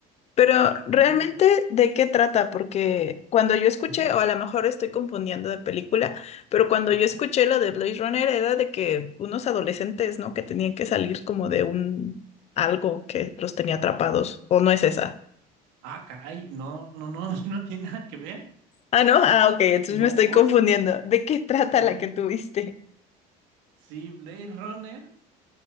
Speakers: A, on the left (about 40°); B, on the right (about 80°).
A: Pero realmente,
B: ¿Y tú? ti-
A: ¿de qué trata? Porque cuando yo escuché,
B: Ujú,
A: o a lo mejor estoy confundiendo de película, pero cuando
B: Ajá.
A: yo escuché la de Blade Runner era de que unos adolescentes, ¿no? Que tenían que salir como de un algo que los tenía atrapados, ¿o no es esa?
B: Ah, caray, no, no, no, <laughs> no tiene nada que ver.
A: Ah, no, ah, ok, entonces
B: No,
A: me estoy confundiendo. ¿De qué trata
B: sí,
A: la que tuviste?
B: sí, Blade Runner